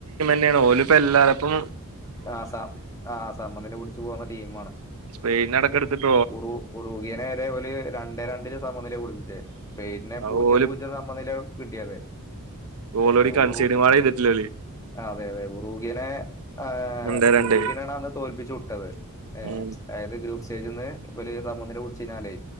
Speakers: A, on the right; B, on the left.
A: ങ്ങനെണ് ഓല് ഇപ്പോ എല്ലാരപ്പും
B: ആ സ ആ സമനില പിടിച്ച് പോകുന്ന ടീമാണ്
A: സ്പെയിനടക്കെടുതിട്ട്.
B: ഉറു ഉറുകിയനെ വരെ ഓല് രണ്ടേ രണ്ടിന് സമന നില പിടിപ്പിച്ച. സ്പെയ്നെ
A: അത്
B: പൂജ്യം
A: ഓല്
B: പൂജ്യം സമനില കിട്ടിയത്.
A: ഓൾറെഡി
B: ഏ
A: കൺസീഡും
B: ഉറു
A: കൂടെ ചെയ്തിട്ടില്ല ഓല്
B: ആ അതെ അതെ ഉറുഗനെ ആ
A: രണ്ടേ രണ്ടേ
B: ഉറൂഖിയനണന്ന് തോൽപ്പിച്ചു വിട്ടത് ഏ..
A: ഉം
B: അതായത് ഗ്രൂപ്പ് സ്റ്റേജ്ന്ന് ഇവല് സമനില പുടിച്ച് കാണ്ടേ